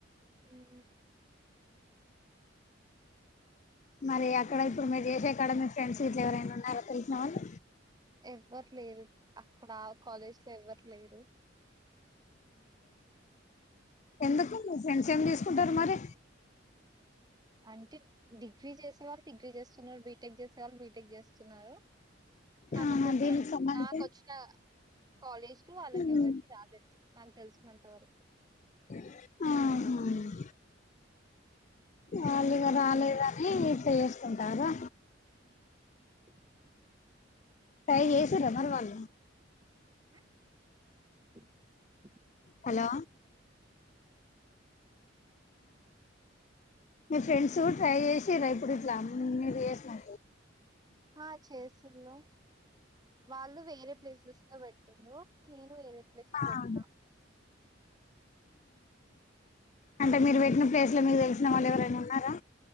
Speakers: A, on the right; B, on the left.
A: ఊహు
B: మరి అక్కడ ఇప్పుడు మీరు జేసే కాడ మీ ఫ్రెండ్స్ ఇట్ల ఎవరైనా ఉన్నారా తెలిసిన వాళ్ళు
A: ఎవ్వరు లేరు అక్కడ ఆ కాలేజ్ లో ఎవ్వరు లేరు
B: ఎందుకు మీ ఫ్రెండ్స్ ఏం దీసుకుంటారు మరి
A: అంటే డిగ్రీ చేసేవారు డిగ్రీ చేస్తున్నారు బీటెక్ చేస్ టమ్ బీటెక్ జేస్తున్నారు కాకపోతే
B: ఆ దీనికి సంబంధించి
A: నాకు ఒచ్చిన కాలేజ్ లో ఆళ్ళకి
B: ఉమ్,
A: ఎవరికి రాలేదు మాన్కు తెలిసినంత వరకు
B: ఆహా వాళ్ళు ఇగ రాలేదని ఇట్ట చేసుకుంటారా
A: హ
B: టై జేసిర్ర మరి వాల్లు
A: ఆ
B: హలో మీ ఫ్రెండ్స్ ట్రై చేసిర్రా ఇప్పుడు ఇట్లా ఉమ్ మీరు చేసినట్టు
A: ఆ చేసిళ్ళు వాళ్ళు వేరే ప్లేసెస్ లో వెట్టిర్రు నేను వేరే ప్లేస్
B: ఆ
A: పెట్నా
B: ఉమ్. అంటే మీరు వెట్టిన ప్లేస్ లో మీకు తెలిసిన వాళ్ళు ఎవరైనా ఉన్నారా